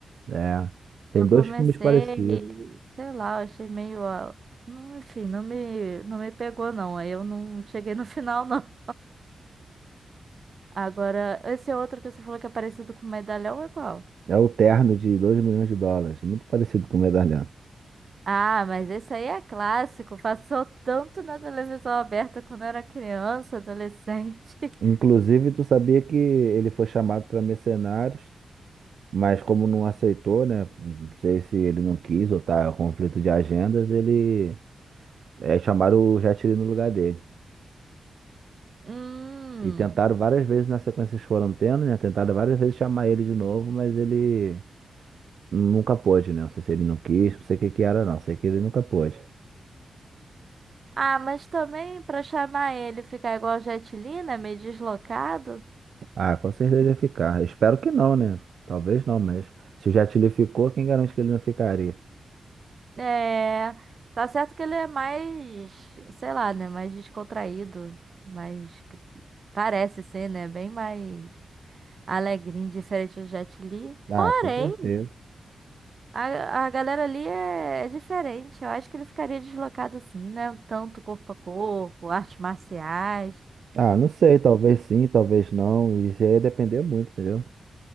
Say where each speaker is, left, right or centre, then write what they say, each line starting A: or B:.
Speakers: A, on the right; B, on the right.
A: É. Tem
B: Eu comecei,
A: dois filmes parecidos.
B: sei lá, eu achei meio. ó, não- Enfim, não me, não me pegou, não. Aí eu não cheguei no <laughs> final, não. Agora, esse outro que você falou que é parecido com medalhão é qual?
A: É o Terno de dois milhões de dólares, É muito parecido com o Medalhão.
B: Ah, mas esse aí é clássico. Passou tanto na televisão aberta quando eu era criança, adolescente. <laughs>
A: Inclusive, tu sabia que ele foi chamado para Mercenários? Mas como não aceitou, né? Não sei se ele não quis ou tá conflito de agendas, ele é, chamaram o Jatiri no lugar dele.
B: Hum.
A: E tentaram várias vezes na sequência que eles foram tendo, né? Tentaram várias vezes chamar ele de novo, mas ele nunca pôde, né? Não sei se ele não quis, não sei o que que era, não. Sei que ele nunca pôde.
B: Ah, mas também pra chamar ele ficar igual o Jet Li, né? Meio deslocado.
A: Ah, com certeza ia ficar. Espero que não, né? Talvez não, mas se o Jatiri ficou, quem garante que ele não ficaria?
B: É. Tá certo que ele é mais, sei lá, né? Mais descontraído. Mais. Parece ser, né? Bem mais alegrinho, diferente do Jet Li.
A: Ah,
B: Porém.
A: com certeza.
B: A, a galera ali é, é diferente. Eu acho que ele ficaria deslocado assim, né? Tanto corpo a corpo, artes marciais.
A: Ah, não sei, talvez sim, talvez não. Isso aí ia depender muito, entendeu?